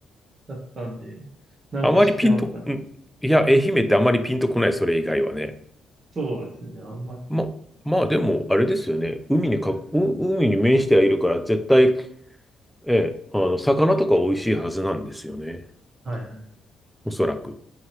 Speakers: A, on the right; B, in the centre.
A: だったんで、なんか知ってますかね。
B: あまりピンと、ん、いや、愛媛ってあまりピンとこない、それ以外はね。
A: そうですね。あんまり。
B: ま、まあでも、あれですよね。海にか、
A: はい
B: う海に面してはいるから、絶対、ええ、あの、魚とか美味しいはずなんですよね。
A: はいはい。
B: おそらく。